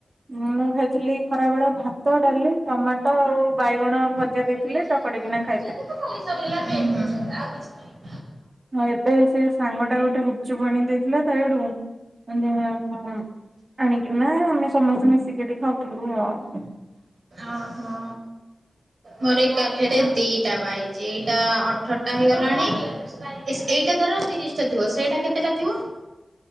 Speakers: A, on the right; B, on the right.
A: ମୁଁ ଖାଇଥିଲି ଖରାବେଳେ ଭାତ ଡାଲି ଟମାଟ ଆଉ ବାଇଗଣ ଭଜା
B: ଏଇଟା
A: ଦେ ଥିଲେ ଚକଡ଼ିକିନା ଖାଇଥିଲୁ।
B: ତ ଖାଲି ହୁଁ।
A: ଆଉ ଏବେ ସେ ସାଙ୍ଗ ଟା ଗୋଟେ ଗୁପ୍ ଚୁପ୍ ଆଣି କି ଦେଇଥିଲା ତା ଏଇଠୁ ତ ଉଁ। ଆଣିକିନା ଆମେ ସମସ୍ତେ ମିଶିକିଡି ଖାଉଥିଲୁ ଆଉ
B: ଆ ହଁ ମୋର ଏକାଥିରେ ଦିଟା ବା ଆଇଚି ଏଇଟା ଅ ଅଠର‌ ଟା ହେଇଗଲାଣି ଇସ୍ ଏଇଟା ଦର ତିରିଶ୍ ଥିବ ସେଇଟା କେତେଟା ଥିବ।